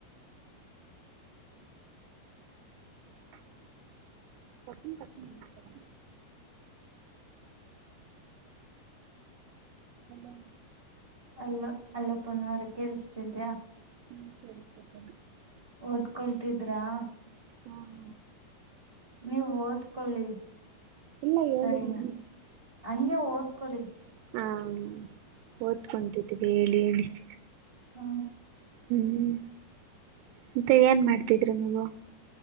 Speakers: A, on the right; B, on the right.
A: <unintelligible> ಕಟುಮ್ ಕಟುಮ್ ಅಂತರ. ಹಲೋ
B: ಅಲ್ಲ ಅಲ್ಲಪ್ಪ ನವ್ರೆ ಕೇಳಿಸತಿದ್ಯಾ?
A: ಹ್ಮ ಸರಿ ಸರಿ
B: ಓದ್ಕೊಳ್ತಿದ್ರಾ?
A: ಹಾಂ
B: ನೀವ್ ಓದ್ಕೊಳ್ಳಿ
A: ಇಲ್ಲ ಹೇಳಿ
B: ಸರಿನಾ
A: ಏನು
B: ಹಂಗೆ ಓದ್ಕೋಳಿ.
A: ಹಾಂ ಓದ್ಕೊಂತಿದ್ದೀವಿ ಹೇಳಿ ಹೇಳಿ <inaudible>
B: ಹ್ಮ
A: ಹ್ಮ್ ಮತ್ತೆ ಏನ್ ಮಾಡ್ತಿದ್ರಿ ನೀವು